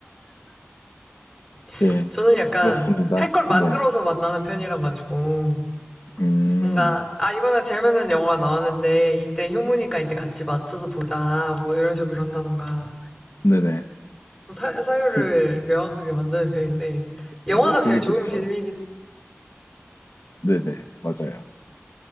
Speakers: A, in the centre; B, on the left (about 70°).
A: <laughs>
B: 예,
A: 저는 약간
B: 그렇습니다.
A: 할 걸 만들어서
B: 네,
A: 만나는 편이라 가지고
B: 음,
A: 뭔가 아 이번에 재밌는 영화 나왔는데 이때 효문이가 이때 같이 맞춰서 보자 뭐 이런 식으로 한다던가
B: 네네.
A: 사, 사유를
B: 그,
A: 명확하게 만드는 편인데 영화가
B: 아, 그게
A: 제일 좋은
B: 좋죠.
A: 빌미긴
B: 네네, 맞아요.